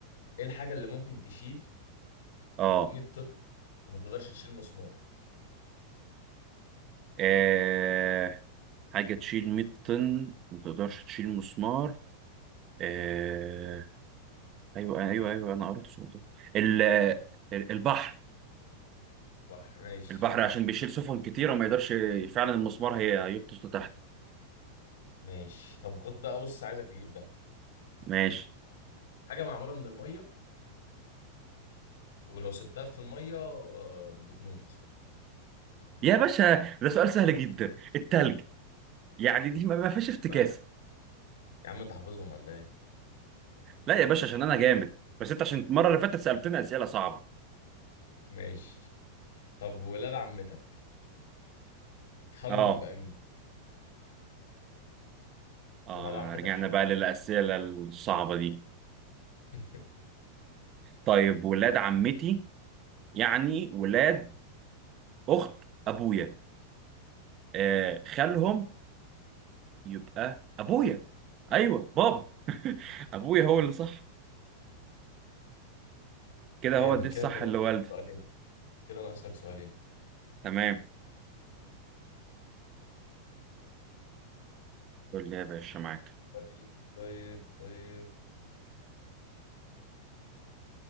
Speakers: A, on the left (about 80°); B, on the right (about 25°).
A: ايه الحاجة اللي ممكن تشيل
B: اه
A: 100 طن وما تقدرش تشيل مسمار
B: آه، حاجة تشيل 100 طن ما تقدرش تشيل مسمار آه ايوه ايوه ايوه انا قريت السؤال ده ال- ال- البحر
A: بحر ماشي
B: البحر عشان بيشيل سفن كتيرة وما يقدرش فعلا المسمار هي هيغطس لتحت
A: ماشي طب خد بقى بص عايزك تجيب ده
B: ماشي
A: حاجة معمولة من المية ولو سبتها في المية آه، بتموت
B: يا باشا ده سؤال سهل جدا التلج يعني دي ما ما فيهاش افتكاسة
A: بقى يعني. يا عم انت حافظهم ولا ايه
B: لا يا باشا عشان انا جامد بس انت عشان المرة اللي فاتت سألتنا أسئلة صعبة
A: ماشي طب ولاد عمتك خلهم
B: اه
A: يبقى مين
B: اه
A: ولاد عمتك
B: رجعنا
A: خلهم
B: بقى للأسئلة الصعبة دي
A: <laughs>
B: طيب ولاد عمتي يعني ولاد أخت أبويا آه خالهم يبقى أبويا أيوه بابا <laughs> أبويا هو اللي صح كده
A: جامد
B: هو دي
A: كده
B: الصح
A: انت بقى
B: اللي والدي
A: سؤالين كده ناقص لك سؤالين
B: تمام قول لي يا باشا معاك
A: طيب طيب طيب